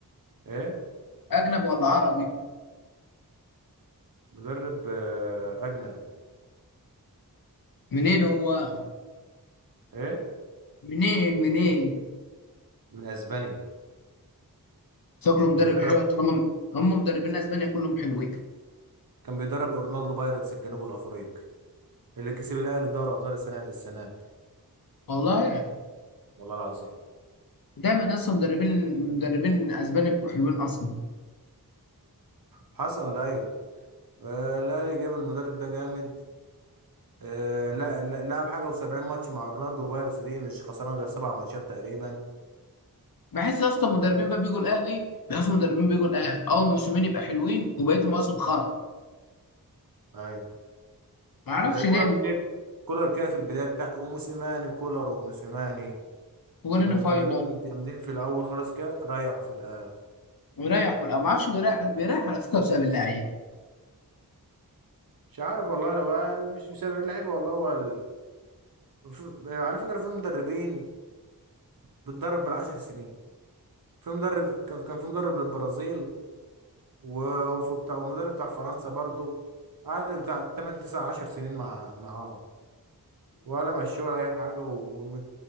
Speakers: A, on the right (about 65°); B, on the left (about 65°).
A: ايه
B: أجنبي ولا عربي؟
A: مدرب آه، اجنبي
B: منين هو؟
A: ايه
B: منين منين؟
A: من اسبانيا
B: شكله
A: كان
B: مدرب
A: بيدرب
B: حلو طالما هم مدربين أسبانيا كلهم حلوين
A: كان بيدرب اورنالدو بايرتس الجنوب الافريقي اللي كسب الاهلي في دوري ابطال السنه السنه دي
B: والله
A: والله العظيم
B: دايما أصلا مدربين مدربين أسبانيا بيبقوا حلوين أصلا
A: حصل ايوه آه، الاهلي جاب المدرب ده جامد آه، لا لا- لعب حاجه و70 ماتش مع اورنالدو بايرتس دي مش خسران غير سبع ماتشات تقريبا
B: بحس أصلا مدربين
A: ف-
B: بقى بيجوا الأهلي بحس مدربين بيجوا الأهلي أول موسمين يبقى حلوين وبقيت المواسم خرا
A: اي
B: معرفش
A: زي
B: ليه
A: كولر كده كولر كده في البدايه بتاع وموسيماني كولر وموسيماني
B: هو لنا
A: كانوا
B: فاينل
A: مدربين جامدين في الاول خلاص كده ريحوا في الاخر
B: ويريح ولا معرفش بيريح بيريح على فكرة بسبب اللعيب
A: مش عارف والله هو مش بسبب اللعيبه والله هو ال... في... على فكره في مدربين بتدرب بالعشر سنين في مدرب كان كان في مدرب للبرازيل و... وفي بتاع ومدرب بتاع فرنسا برضو قعد بتاع 8 9 10 سنين مع معاه ولا مشوه ولا اي حاجه و... والم-